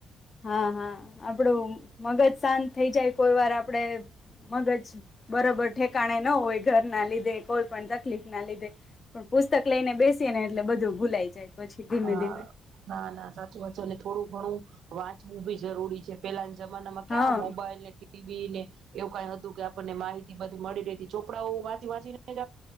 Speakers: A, on the left; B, on the right.
A: હા હા આપણું મગજ શાંત થઈ જાય કોઈ વાર આપણે મગજ બરાબર ઠેકાણે ન હોય ઘર ના લીધે કોઈ પણ તકલીફ ના લીધે પણ પુસ્તક લઈને બેસીએ ને એટલે બધું ભૂલાઈ જાય. પછી ધીમે
B: હા
A: ધીમે
B: ના ના સાચ વાચ અને થોડું ઘણું. વાંચવું બી જરૂરી છે પેલા. જમાનામાં ક્યા
A: હા
B: મોબાઈલ ને ટીવી. ને એવું કઈ હતું કે આપણને માહિતી બધી મળી ર હતી ચોપડાઓ વાંચી વાંચીને